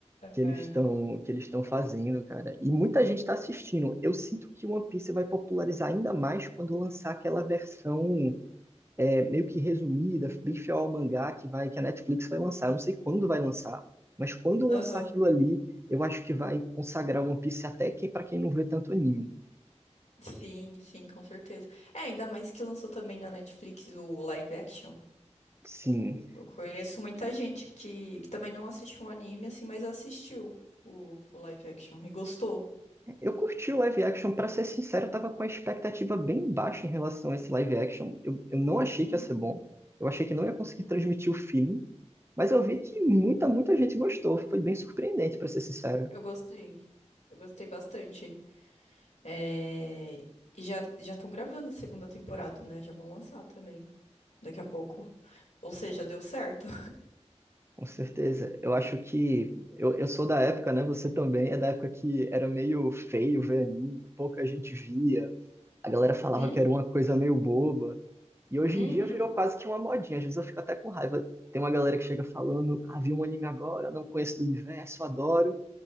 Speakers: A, on the right (about 20°); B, on the left (about 80°).
A: que eles
B: É.
A: estão que eles estão fazendo, cara. E muita gente está assistindo. Eu sinto que One Piece vai popularizar ainda mais quando lançar aquela versão é, meio que resumida, bem fiel ao mangá que vai que a Netflix vai lançar. Eu não sei quando vai lançar, mas quando
B: Aham.
A: lançar aquilo ali, eu acho que vai consagrar One Piece até que para quem não vê tanto anime.
B: Sim, sim, com certeza. É, ainda mais que lançou também na Netflix o live action.
A: Sim,
B: Eu conheço muita gente que, que também não assiste um anime assim, mas assistiu o, o live action e gostou.
A: eu curti o live action, pra ser sincero, eu tava com a expectativa bem baixa em relação a esse live action. Eu, eu não achei
B: Uhum,
A: que ia ser bom, eu achei que não ia conseguir
B: uhum.
A: transmitir o feeling, Mas eu vi que muita, muita gente gostou. Foi bem surpreendente, para ser sincero.
B: Eu gostei. Eu gostei bastante. É, E já já estão gravando a segunda temporada, né? Já vão lançar também daqui a pouco. Ou seja, deu certo.
A: Com certeza. Eu acho que. Eu, eu sou da época, né? Você também é da época que era meio feio ver anime, pouca gente via. A galera falava
B: <laughs>
A: que era uma coisa meio boba. E hoje
B: Uhum,
A: em dia virou
B: uhum.
A: quase que uma modinha. Às vezes eu fico até com raiva. Tem uma galera que chega falando: Ah, vi um anime agora, não conheço do universo, adoro.